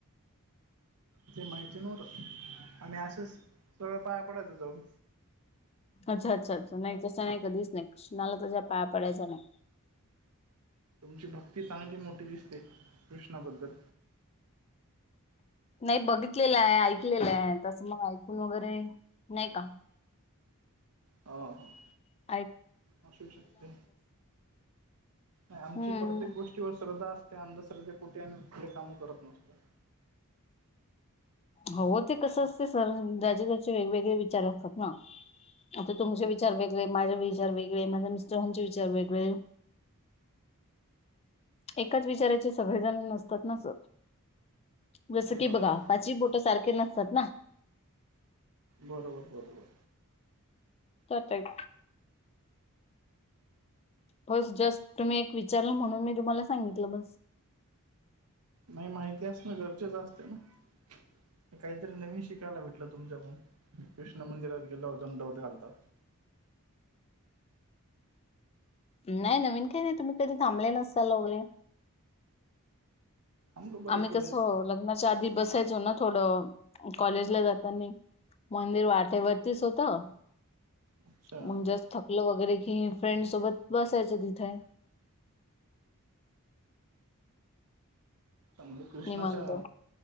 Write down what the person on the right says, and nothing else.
ते माहिती नव्हत आणि असेच सगळं पाया पडायचं जाऊन
तुमची भक्ती चांगली मोठी दिसते कृष्णाबद्दल
ह ह
असू शकते आमची
प्रत्येक गोष्टी किंवा श्रद्धा असते अंधश्रद्धे कुठेम्ही आपले कामं करत नसतो
बरोबर
बरोबर बरोबर
नाही माहिती अस ना गरचेच असते ना काहीतरी नवीन शिकायला भेटलं तुमच्याकून कृष्ण मंदिरात गेल्यावर दंडवत घालतात
थांबलो बऱ्याच
वेळेस
अच्छा
अच्छा
म्हजे कृष्णाच्या